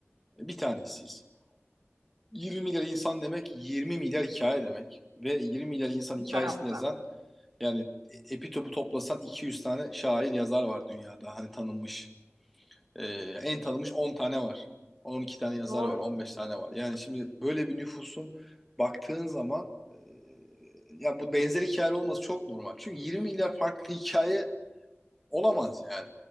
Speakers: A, in the centre; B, on the right.
A: bir tanesiyiz. 20 milyar insan demek 20 milyar hikaye demek. Ve 20 milyar insan
B: bir
A: hikayesini
B: tarafta.
A: yazan yani epi topu toplasan 200 tane şair yazar var dünyada. Hani tanınmış. Ee, en tanınmış 10 tane var. 12 tane yazar
B: Doğru,
A: var. 15 tane var. Yani şimdi böyle bir nüfusun baktığın zaman e, ya bu benzer hikaye olması çok normal. Çünkü 20 milyar farklı hikaye Olamaz yani.